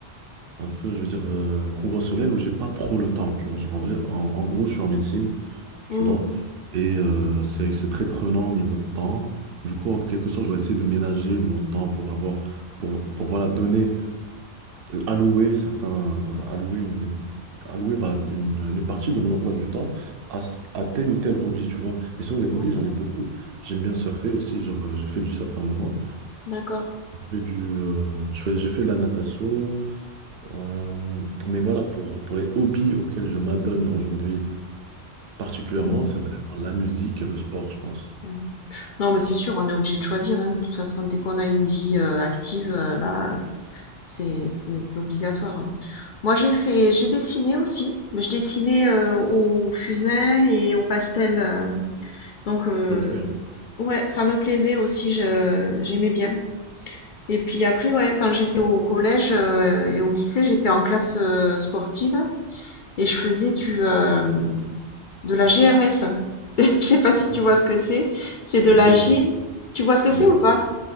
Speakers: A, on the right; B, on the left.
A: un peu, je veux dire, euh, conventionnel où j'ai pas trop le temps, tu vois. Genre, en vrai, en, en gros, je suis en médecine, tu
B: mm,
A: vois, et euh, c'est, c'est très prenant au niveau de temps. Du coup, en quelque sorte, je dois essayer de ménager mon temps pour avoir, pour, pour voilà, donner, euh, allouer certains, euh, allouer une, allouer bah, une, une partie de mon emploi du temps à, s- à tel ou tel hobby, tu vois. Mais sinon, des hobbies,
B: mm.
A: j'en ai beaucoup. J'aime bien surfer aussi, genre, euh, j'ai fait du surf à un moment.
B: D'accord.
A: J'ai du, euh, je fais, j'ai fait de la natation. Euh, mais voilà, pour, pour les hobbies auxquels je m'adonne aujourd'hui particulièrement,
B: Oui.
A: c'est vraiment la musique et le sport, je pense.
B: ouais. Non, mais c'est sûr, on est obligé de choisir, hein, de toute façon, dès qu'on a une vie euh, active, euh, là. euh, C'est obligatoire. hein. Moi, j'ai fait, j'ai dessiné aussi, mais je dessinais euh, au fusain et au pastel. euh, donc, euh,
A: Ok,
B: ouais, ça me plaisait aussi, je, j'aimais bien. Et puis après, ouais, quand j'étais au collège euh, et au lycée, j'étais en classe euh, sportive et je faisais du, euh, de la GRS. <laughs> Je sais pas
A: c'est
B: si
A: bon.
B: tu vois ce que c'est. C'est de
A: Absolument
B: la gym.
A: pas.
B: Tu vois ce que
A: Mhm.
B: c'est ou pas?